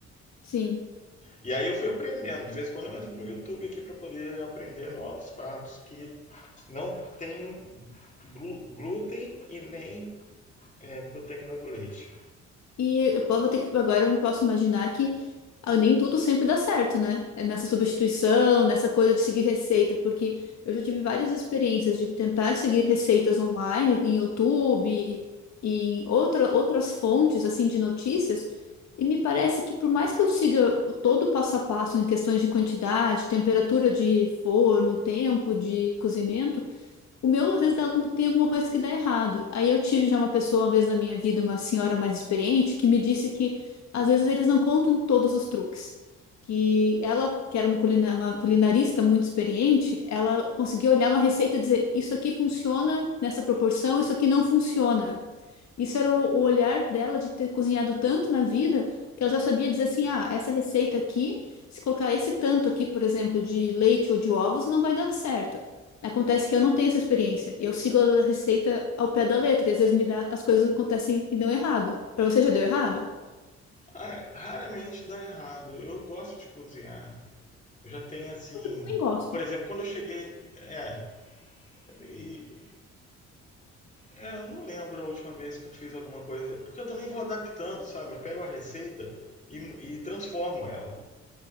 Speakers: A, on the left; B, on the left.
A: Sim.
B: E aí eu fui aprendendo. De vez em quando eu entro no YouTube aqui para poder aprender novos pratos que Não tem glúten e nem é, proteína do leite.
A: E eu po- vou ter que agora eu posso imaginar que ah, nem tudo sempre dá certo, né? É nessa substituição, nessa coisa de seguir receita, porque eu já tive várias experiências de tentar seguir receitas online, em YouTube, em outra, outras fontes assim de notícias, e me parece que por mais que eu siga o- todo o passo a passo em questões de quantidade, temperatura de forno, tempo de cozimento O meu, às vezes, dá algum- tem alguma coisa que dá errado. Aí eu tive já uma pessoa, uma vez na minha vida, uma senhora mais experiente, que me disse que, às vezes, eles não contam todos os truques. Que ela, que era uma, culina- uma culinarista muito experiente, ela conseguia olhar uma receita e dizer: Isso aqui funciona nessa proporção, isso aqui não funciona. Isso era o, o olhar dela de ter cozinhado tanto na vida que ela já sabia dizer assim: ah, essa receita aqui, se colocar esse tanto aqui, por exemplo, de leite ou de ovos, não vai dar certo. Acontece que eu não tenho essa experiência. Eu sigo a receita ao pé da letra e às vezes me dá, as coisas acontecem e dão errado. Para você já deu errado?
B: Ah, é, raramente dá errado. Eu gosto de cozinhar. Eu já tenho assim.
A: Eu também gosto.
B: Por exemplo, quando eu cheguei. É. e- é, eu não lembro a última vez que eu fiz alguma coisa. Porque eu também vou adaptando, sabe? Eu pego a receita e, e transformo ela.